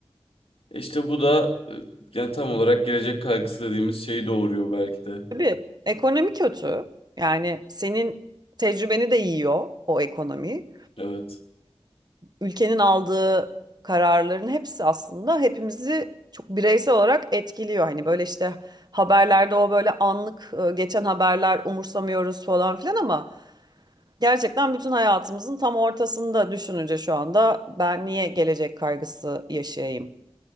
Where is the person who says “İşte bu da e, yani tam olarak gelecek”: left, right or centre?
Left